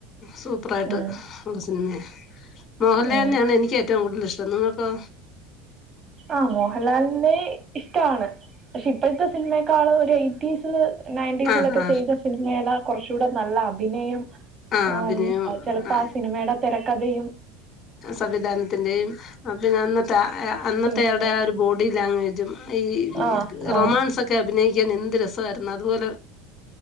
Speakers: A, on the left; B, on the right.
A: സൂപ്പറായിട്ട്
B: ഉം
A: ഒര് സിൻമയാ. മോഹൻലാൽനെയാണ്
B: ഉം
A: എനിക്കേ റ്റവും കൂടുതല് ഷ്ടം നിങ്ങക്കോ?
B: ആഹ് മോഹൻലാലിനെ ഇഷ്ടാണ് പക്ഷെ ഇപ്പോഴത്തെ സിനിമേക്കാളും ഒര <unintelligible> നയന്റി സ്
A: ആഹ്
B: ലൊക്കെ
A: ആഹ്
B: ചെയ്ത സിനിമേലൊ കുറച്ചുടെ നല്ല അഭിനയം
A: ആഹ്
B: ഓം
A: അഭിനയം
B: അഹ് ചെലപ്പോ ആ സിനിമയുടെ തെര കഥയും
A: സംവിധാനത്തിന്റെയും അ പിന്നെ അന്നത്തെ അ എ അന്നത്
B: സിനിമയില്
A: തെഎൾടെ ആ ഒരു ബോഡി ലാംഗ്വേജും ഈ
B: ആഹ് ആഹ്
A: റൊമാൻസ് ഒക്കെ അഭിനയി പിക്കാൻ എന്ത് രസയിരുന്നു അതുപോലെ